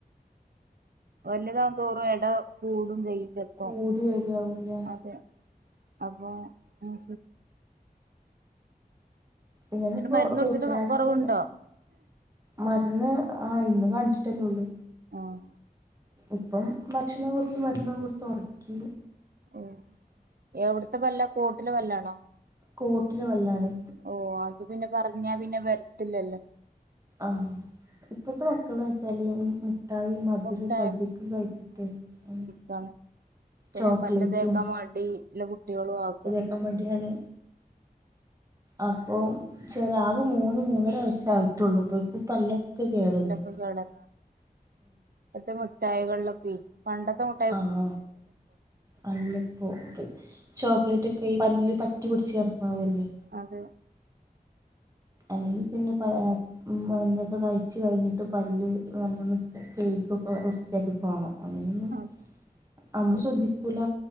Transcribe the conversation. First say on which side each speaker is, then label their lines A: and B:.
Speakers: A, on the right; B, on the right.
A: വല്ല്യതാവും തോറും എട കൂടും ചെയ്യും ചെൽപ്പം
B: കൂടി വരുവാവൂല്ലേ
A: അതെ അപ്പം ആ <inaudible>
B: ഇങ്ങനിപ്പോ
A: മരുന്ന് കുടിച്ചിട്ട്
B: റൂട്ട് കനാല്
A: കൊറവുണ്ടോ
B: ചെയ്യുന്ന മരുന്ന് ആ ഇന്ന് കാണിച്ചിട്ടല്ലേ ഒള്ളൂ
A: ആഹ്
B: ഇപ്പം ഭക്ഷണം കൊടുത്ത് മരുന്നും കൊടുത്ത് ഒറക്കി
A: ഉം എവിട്ത്ത പല്ലാ കോട്ട്ല പല്ലാണോ
B: കോട്ട്ല പല്ലാണ്
A: ഓ അത് പിന്നെ പറഞ്ഞാ പിന്നെ വരത്തില്ലല്ലോ
B: ആഹ് ഇപ്പത്തെ മക്കള് ന്ന് വെച്ചാല് ഈ ഉം മുട്ടായി മധുരൊക്കെ
A: മുട്ട
B: അധികം കഴിച്ചിട്ടേ ഉം
A: താണ് പിന്നെ
B: ചോക്ലേറ്റും
A: പല്ല് തേക്കാൻ മടി ഇല്ല കുട്ടിയേളും ആക്കാ
B: ക്കാൻ മടിയാണ് അപ്പം ചെലെ ആക മൂന്ന് മൂന്നര വയസ്സായിട്ടുള്ളൂ അപ്പഴ്ക്കും പല്ലൊക്കെ കേടന്ന്
A: കേടന്നോ ഇപ്പത്തെ മുഠായികളിലൊക്കെ പണ്ടത്തെ മു
B: ആഹ് ആ അല്ല് പ്പോ ത് ചോക്ലേറ്റ് ഒക്കെ ഈ പല്ല് പറ്റി പിടിച്ച് കെടക്കണതല്ലേ
A: അതെ
B: അല്ലെങ്കി പിന്നെ പഴം ആത് ഉം മര്ന്നൊക്കെ കഴിച്ച് കഴിഞ്ഞിട്ട് പല്ല് നല്ലോണം കഴുകു ഒക്കെ വേ വൃത്തിയാക്കി പോണം അങ്ങനെയൊന്നും
A: അതെ
B: അമ്മ ശ്രദ്ധിക്കൂല